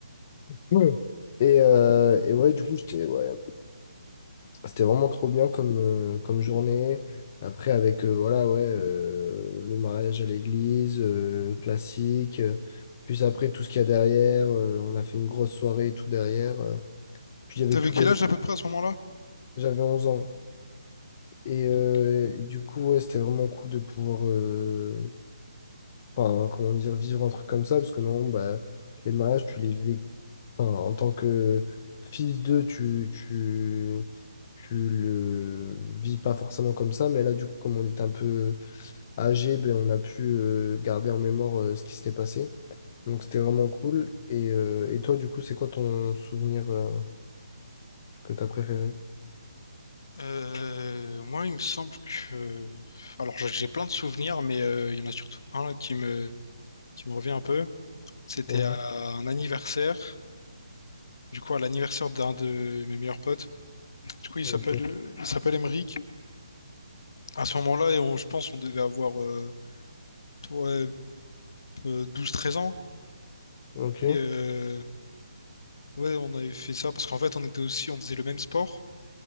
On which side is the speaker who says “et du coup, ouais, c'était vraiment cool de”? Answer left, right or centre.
Left